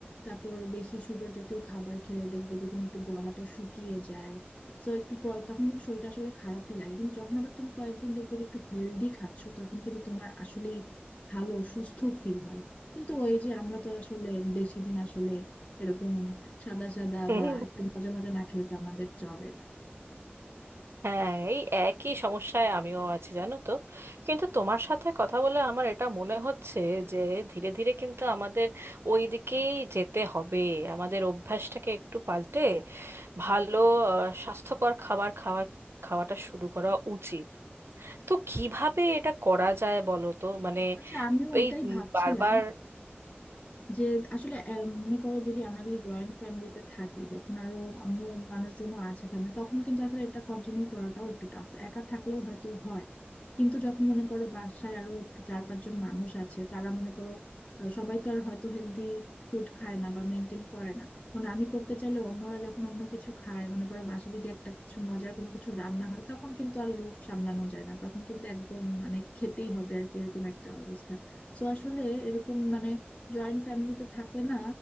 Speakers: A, on the left (about 35°); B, on the right (about 75°).
A: তারপর বেশি সুগার জাতীয় খাবার খেলে দেখবে যে তুমি একটু গলাটা শুকিয়ে যায় তো একটু পর- তখন কিন্তু শরীরটা আসলে খারাপই লাগে কিন্তু যখন আবার তুমি কয়েকদিন দেখবে যে একটু হেলদি খাচ্ছো তখন কিন্তু তোমার আসলে ভালো সুস্থ ফিল হয় কিন্তু ওই যে আমরা তো আসলে বেশি দিন আসলে এরকম সাদা সাদা
B: <laughs>
A: বা একটু মজা মজা না খেলে তো আমাদের চলে না
B: হ্যাঁ এই একই সমস্যায় আমিও আছি জানো তো কিন্তু তোমার সাথে কথা বলে আমার এটা মনে হচ্ছে যে ধীরে ধীরে কিন্তু আমাদের ওই দিকেই যেতে হবে আমাদের অভ্যাসটাকে একটু পাল্টে ভালো আহ, স্বাস্থ্যকর খাবার খাওয়ার খাওয়াটা শুরু করা উচিত তো কিভাবে এটা করা যায় বলো তো মানে
A: আচ্ছা আমিও ওটাই
B: এই উম
A: ভাবছিলাম
B: বারবার
A: যে আসলে আহ, মনে করো যদি আমরা যদি জয়েন্ট ফ্যামিলিতে থাকি যখন আরো অন্য মানুষজনও আছে ফ্যামিলি তখন কিন্তু আসলে এটা কন্টিনিউ করাটাও একটু টাফ একা থাকলেও হয়তো হয় কিন্তু যখন মনে করো বাসায় আরো চার পাঁচজন মানুষ আছে তারা মনে করো আহ, সবাই তো আর হয়তো হেলদি ফুড খায় না বা মেনটেন করে না মানে আমি করতে চাইলে অন্যরা যখন অন্য কিছু খায় মনে করো বাসায় যদি একটা কিছু মজার কোনো কিছু রান্না হয় তখন কিন্তু আর লোভ সামলানো যায় না তখন কিন্তু একদম মানে খেতেই হবে আর কি এরকম একটা অবস্থা তো আসলে এরকম মানে জয়েন্ট ফ্যামিলিতে থাকলে না